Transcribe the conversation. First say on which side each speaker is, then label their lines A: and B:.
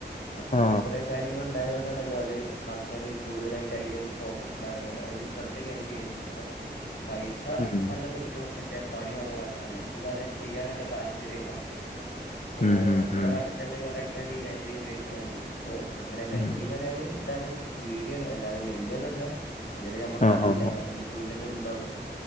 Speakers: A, on the left; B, on the left.
A: അങ്ങൻത്തെ
B: ആ
A: കോറെ കാര്യങ്ങള് ഉണ്ടായത് കൊണ്ടാണല്ലോ അത് ആൾക്കാര് കൂടുതലായിട്ട് അയിലേക്ക് ഫോക്കസ് എന്താണ് അയില് ശ്രദ്ധ കേന്ദ്രീകരിക്ക്ണ് ഹലോ പൈസ
B: ഉം.
A: നല്ലം കിട്ടും പക്ഷെ പണി കൊറവാണ് <unintelligible> ചെയ്യാൻ നല്ല താല്പര്യൊക്കെണ് ഇപ്പോ
B: ഉം, ഉം,
A: നമ്മുടെ
B: ഉം.
A: നാട്ട് തന്നെ കോറെ ആൾക്കാര് ഈ ലഹരി ഉപയോഗിക്ക്ണ് ഇണ്ട് ഇപ്പൊ അങ്ങനെ ലഹരീന്ന്
B: ഉം.
A: പറയാന് ഇതാണ് ബീഡിയാണ് അല്ലാതെ വല്ല്യതല്ല വല്ല്യത് ഞമ്മക്ക്
B: ആ
A: അറീല
B: ആ
A: കാരണം ഇനിപ്പോ വല്ല്യത് ഇണ്ടോന്ന്